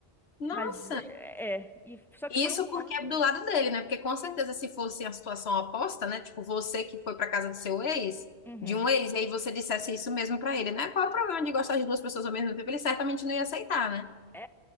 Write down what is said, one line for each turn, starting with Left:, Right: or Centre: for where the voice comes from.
Left: Nossa,
Centre: Mas é, é. E, só que
Left: isso
Centre: foi um
Left: porque
Centre: ano.
Left: é do lado dele, né? Porque com certeza se fosse a situação oposta, né? Tipo, você que foi pra casa do seu ex,
Centre: Uhum.
Left: de um ex, e aí você dissesse isso mesmo pra ele, né? Qual é o problema de gostar de duas pessoas ao mesmo tempo? Ele certamente não ia aceitar, né?
Centre: É,